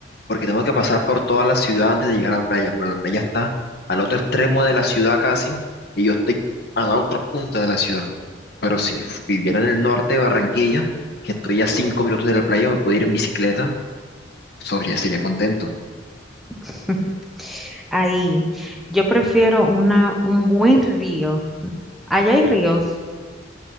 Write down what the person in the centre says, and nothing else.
<laughs> Ahí, yo prefiero una, un buen río. Allá hay ríos.